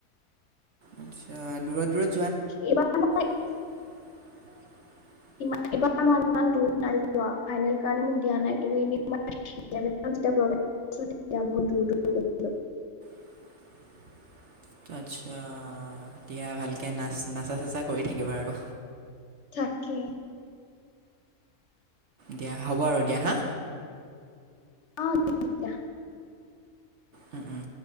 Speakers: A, on the right (about 55°); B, on the left (about 55°).
A: আচ্ছা দূৰাত দূৰাত
B: এইবাৰ <unintelligible>
A: <inaudible>
B: ইমান এইবাৰ মই ইমান দূৰ নাই যোৱা ফাইনেল কাৰণে মোক দিয়া নাই কিন্তু এনে মই <unintelligible> <unintelligible> তেতিয়া বহুত দূৰ দূৰ গৈছিলোঁ।
A: <inaudible> আচ্ছা এতিয়া ভালকে নাচ নাচা চাচা কৰি থাকিবা আৰু।
B: থাকে
A: দিয়া হ'ব আৰু দিয়া হা।
B: অ' ঠিক আছে দিয়া।
A: উম- উম